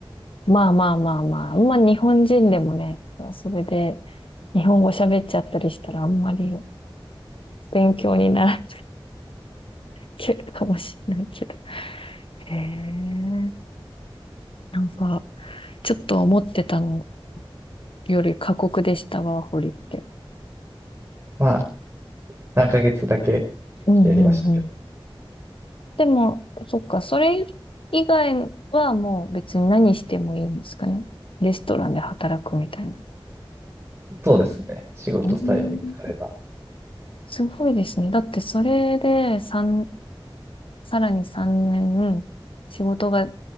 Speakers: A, on the left (about 65°); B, on the right (about 25°).
A: まあまあまあまあ。まあ日本人でもね、それで日本語喋っちゃったりしたらあんまり勉強にならないかもしれないけど。へえ。なんか、ちょっと思ってたのより過酷でしたわ、ホリって。
B: まあ、3ヶ月だけ
A: うんうん
B: やりましたけど。
A: でも、そっか、それ以外はもう別に何してもいいんですかね。レストランで働くみたいな。
B: そうですね。仕事さえ見つかれば。
A: うん、すごいですね。だってそれで三さらに3年仕事が